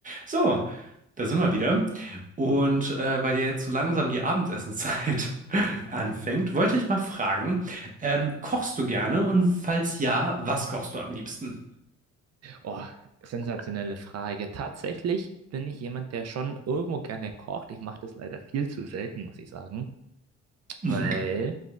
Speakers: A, on the right (about 25°); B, on the right (about 55°).
A: So, da sind wir wieder. Und äh, weil ja jetzt so langsam die Abendessenszeit <laughs> anfängt, wollte ich mal fragen, ähm, kochst du gerne? Und falls ja, was kochst du am liebsten?
B: Oh, sensationelle Frage. Tatsächlich bin ich jemand, der schon irgendwo gerne kocht. Ich mache das leider viel zu selten, muss ich sagen,
A: Mhm.
B: weil